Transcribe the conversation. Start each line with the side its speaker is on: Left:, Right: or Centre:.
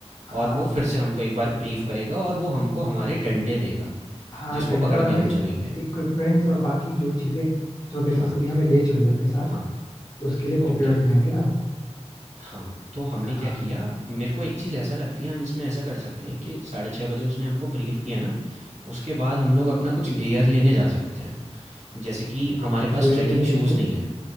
Left: हाँ
Right: और वो फिर से हमको एक बार ब्रीफ़ करेगा और वो हमको हमारे डंडे देगा,
Left: हाँ
Right: जिसको
Left: डंडा
Right: पकड़
Left: और
Right: के
Left: हमारे
Right: हम चलेंगे।
Left: इक्विपमेंट्स और बाकी जो चीजें जो नेसेसरी
Right: हाँ,
Left: हमें ले चलनी है अपने साथ
Right: हाँ।
Left: उसके लिए प्रिपेयर
Right: ओके,
Left: हो जाएंगे ना
Right: हाँ, तो हमने
Left: हाँ
Right: क्या किया, मेरे को एक चीज़ ऐसा लगती है हम इसमें ऐसा कर सकते हैं कि साढ़े 6 बजे उसने हमको ब्रीफ़ किया ना, उसके बाद हम लोग अपना कुछ गियर लेने जा सकते हैं। जैसे कि हमारे
Left: गियर
Right: पास ट्रैकिंग
Left: लेने जैसे
Right: शूज़ नहीं है,